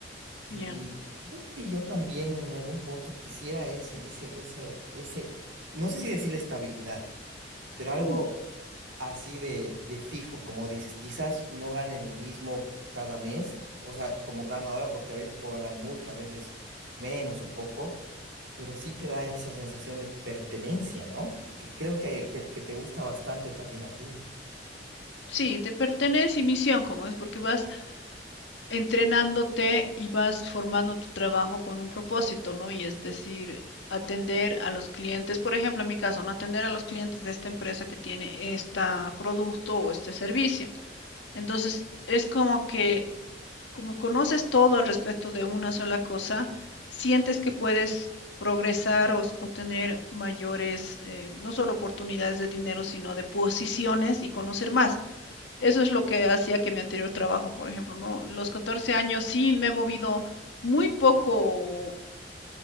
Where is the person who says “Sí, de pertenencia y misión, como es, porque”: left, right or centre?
Left